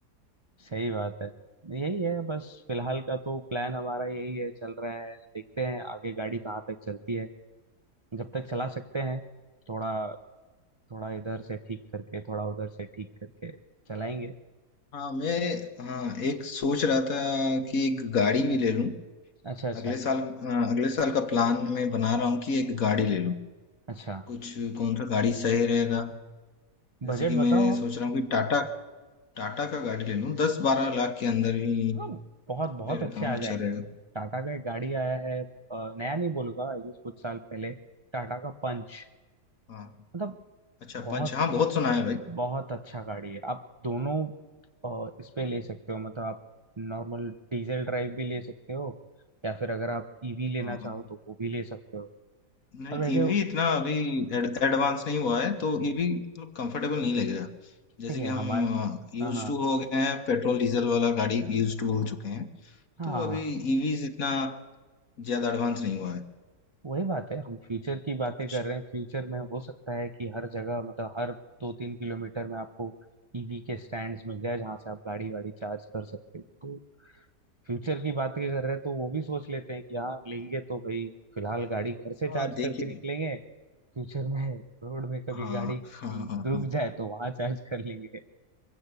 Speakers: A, on the right (about 35°); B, on the left (about 55°).
A: सही बात है यही है बस फिलहाल का तो प्लान हमारा यही है चल रहा है देखते हैं आगे गाड़ी कहाँ तक चलती है जब तक चला सकते हैं थोड़ा थोड़ा इधर से ठीक करके थोड़ा उधर से ठीक करके चलाएंगे
B: हाँ, मैं हाँ एक सोच रहा था कि एक गाड़ी भी ले लूं
A: अच्छा अच्छा
B: अगले साल अ, अगले साल का प्लान मैं बना रहा हूँ कि एक गाड़ी ले लूं
A: अच्छा
B: कुछ कौन सा गाड़ी सही रहेगा जैसे
A: बजट
B: कि मैं
A: बताओ
B: सोच रहा हूँ कि टाटा टाटा का गाड़ी ले लूं दस बारह लाख के अंदर ही
A: हाँ बहुत बहुत
B: ले लेता
A: अच्छे
B: हूँ
A: आ जाएंगे
B: अच्छा रहेगा
A: टाटा का एक गाड़ी आया है अ, नया नहीं बोलूंगा आई गेस कुछ साल पहले टाटा का पंच
B: हाँ
A: मतलब
B: अच्छा
A: बहुत
B: पंच हाँ बहुत सुना है भाई
A: बहुत अच्छा गाड़ी है आप दोनों अ, इस पे ले सकते हो मतलब आप नॉर्मल डीजल ड्राइव भी ले सकते हो या फिर अगर आप ईवी लेना
B: हाँ
A: चाहो
B: हाँ
A: तो वो भी ले सकते हो
B: नहीं
A: और वैसे
B: ईवी इतना अभी एडवांस नहीं हुआ है तो ईवी तो कंफर्टेबल नहीं लगेगा जैसे
A: ठीक है
B: कि हम
A: हमारे
B: यूज
A: हाँ हाँ
B: टू हो गए हैं पेट्रोल डीजल वाला गाड़ी यूज टू हो चुके हैं
A: हाँ
B: तो
A: हाँ,
B: अभी ईवी इतना ज्यादा एडवांस नहीं हुआ है
A: वही बात है हम फ्यूचर की बातें
B: तो कुछ
A: कर रहे हैं फ्यूचर में हो सकता है कि हर जगह मतलब हर दो तीन किलोमीटर में आपको ईवी के स्टैंड्स मिल जाए जहां से आप गाड़ी वाड़ी चार्ज कर सकते हो तो फ्यूचर की बातें कर रहे हैं तो वो भी सोच लेते हैं कि हाँ लेंगे तो भाई फिलहाल गाड़ी घर से
B: हाँ
A: चार्ज
B: देखिए
A: करके निकलेंगे फ्यूचर में रोड में कभी
B: हाँ
A: गाड़ी
B: हाँ
A: रुक
B: हाँ हाँ
A: जाए तो वहां चार्ज कर लेंगे